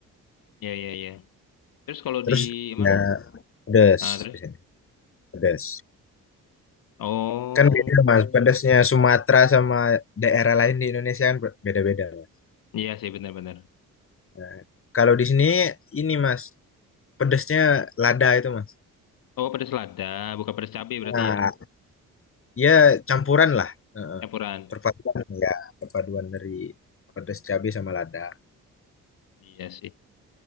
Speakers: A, on the left; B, on the left.
A: ya ya. iya. Terus kalau
B: terus
A: di mana?
B: ya pedas
A: Nah, terus?
B: di sini pedas
A: Oh,
B: kan beda mas pedasnya Sumatera sama daerah lain di Indonesia kan be- beda-beda mas
A: iya sih benar-benar.
B: nah, kalau di sini ini mas pedasnya lada itu mas
A: Oh, pedas lada, bukan pedas cabai berarti
B: nah
A: ya,
B: ya campuran lah Heeh.
A: campuran.
B: perpaduan ya perpaduan dari pedas cabai sama lada
A: Iya sih.